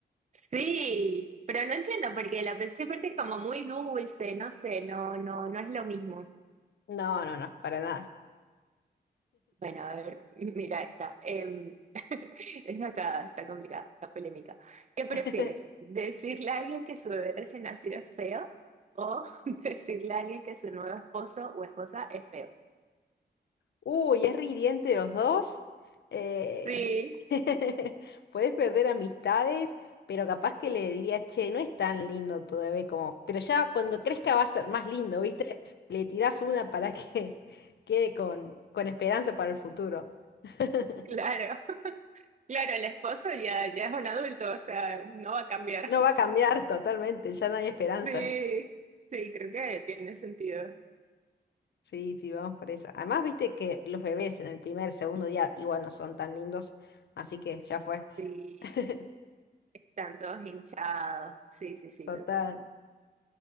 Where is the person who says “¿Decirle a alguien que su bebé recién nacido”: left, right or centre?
Right